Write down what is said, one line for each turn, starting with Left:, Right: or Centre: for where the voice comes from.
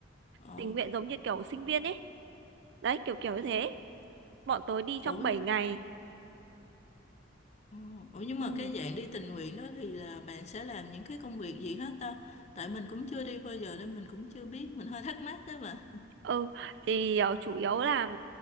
Left: Ồ,
Right: tình nguyện giống như kiểu sinh viên ấy đấy kiểu kiểu như thế bọn tớ đi trong
Left: ủa
Right: 7 ngày
Left: Ồ, Ủa nhưng
Right: Ừ.
Left: mà cái dạng đi tình nguyện đó thì là bạn sẽ làm những cái công việc gì hết ta? Tại mình cũng chưa đi bao giờ nên mình cũng chưa biết, mình hơi thắc mắc đó mà.
Right: Ừ, thì ờ, chủ yếu là ừm,